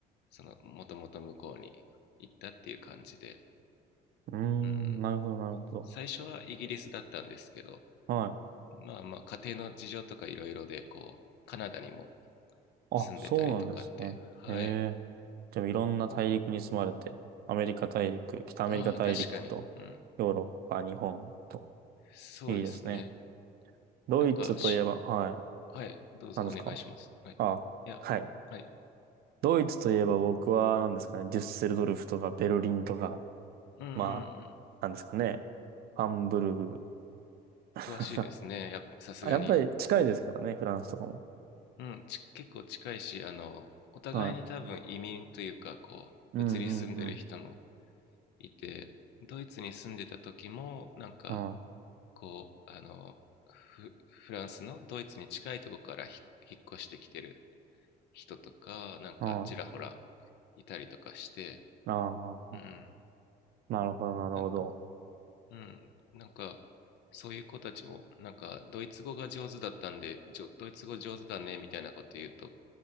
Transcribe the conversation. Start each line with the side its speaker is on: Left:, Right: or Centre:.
Left: そのもともと向こうに行ったっていう感じで、
Right: ーん、
Left: うん、
Right: なるほど、なるほど。
Left: 最初はイギリスだったんですけど
Right: はい。
Left: まあまあ家庭の事情とかいろいろでこうカナダにも
Right: あ、
Left: 住んでたりとかって。
Right: そうなんですね。
Left: はい。
Right: ええでもいろんな大陸に住まれて、アメリカ大陸、北アメリカ大陸と、
Left: ああ、確かに。うん。
Right: ヨーロッパ、日本と、
Left: そうですね。
Right: いいですね。ドイツといえば、
Left: なんかし、
Right: はい、
Left: はい、どうぞお願いします。
Right: 何ですか
Left: はい。
Right: あ、
Left: いや、
Right: はい。
Left: はい。
Right: ドイツといえば僕は何ですかね、デュッセルドルフとかベルリンとか、
Left: うんうん
Right: まあ、何ですかね、ハンブルグ。<laughs>
Left: うん。詳しいですね。やっぱ、さすがに。
Right: あやっぱり近いですからね、フランスとかも。
Left: うん、ち、結構近いし、あの、お互いに多分移民というか、
Right: は
Left: こう、
Right: い。うんうんうん。
Left: 移り住んでる人もいて、ドイツに住んでた時も、なんか、
Right: は
Left: こう、あの、フ、フランスのドイツに近いとこからひ引っ越してきてる人とかなんかちらほら
Right: い。はい。
Left: いたりとかして
Right: ああ、
Left: うん
Right: なるほど、なるほど。
Left: なんかうんなんかそういう子たちもなんかドイツ語が上手だったんでじょドイツ語上手だねみたいなこと言うと